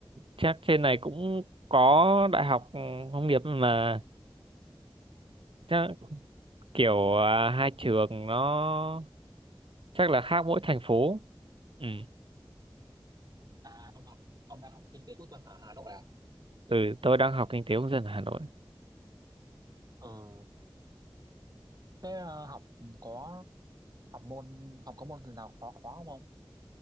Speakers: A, on the right (about 85°); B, on the right (about 50°).
A: chắc trên này cũng có đại học ừ, nông nghiệp mà chắc kiểu à, hai trường nó chắc là khác mỗi thành phố. Ừ,
B: À, ông học ông đang học kinh tế quốc dân ở Hà Nội à?
A: ừ tôi đang học kinh tế công dân ở Hà Nội.
B: Ừ, thế ờ, học có học môn học có môn gì nào khó khó không ông?